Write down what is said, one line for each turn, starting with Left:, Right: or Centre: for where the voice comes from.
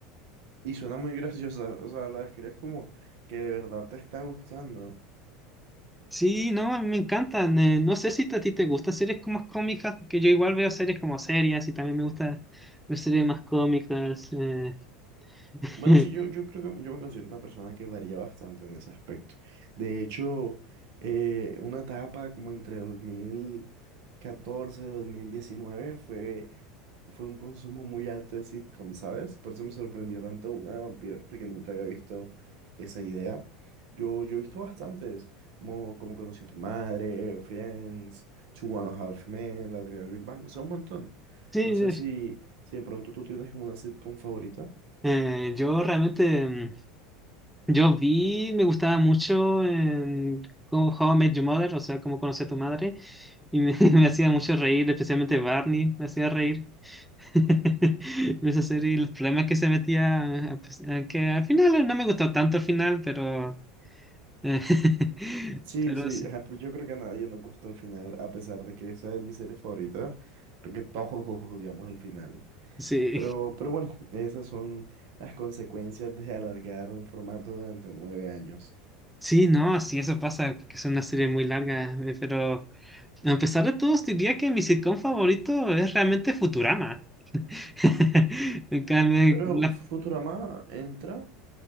Right: Y suena muy graciosa, o sea, la describes como que de verdad te está gustando.
Centre: Sí, no, a mí me encantan. eh, no sé si a ti te gustan series como más cómicas, porque yo igual veo series como serias y también me gusta ver series más cómicas. eh. <laughs>
Right: Bueno, sí, yo, yo creo que yo me considero una persona que varía bastante en ese aspecto. De hecho, eh, una etapa como entre 2014 y 2019 fue fue un consumo muy alto de sitcom, ¿sabes? Por eso me sorprendió tanto una de vampiros, porque nunca había visto esa idea. Yo, yo he visto bastantes, como, como Conocí a tu madre, Friends, Two and a Half Men, La teoría del Big Bang, son un montón.
Centre: Sí,
Right: No sé si, si de pronto tú tienes como una sitcom favorita.
Centre: eh, yo realmente... mm, Yo vi, me gustaba mucho en cómo How I Met Your Mother, o sea, cómo conocí a tu madre, y me, <laughs> me hacía mucho reír, especialmente Barney, me hacía reír. <laughs> En Esa serie, y los problemas que se metía, a pes- a que al final no me gustó tanto al final, pero, eh, <laughs>
Right: Sí,
Centre: pero
Right: sí,
Centre: sí,
Right: ajá, pues yo creo que a nadie nos gustó el final, a pesar de que esa es mi serie favorita. Creo que todos <laughs> odiamos el final.
Centre: sí,
Right: Pero, pero bueno, esas son las consecuencias de alargar un formato durante nueve años.
Centre: sí, no, sí, eso pasa, porque es una serie muy larga, eh, pero a pesar de todo, diría que mi sitcom favorito es realmente Futurama. <laughs> En cambio,
Right: Pero Futurama entra,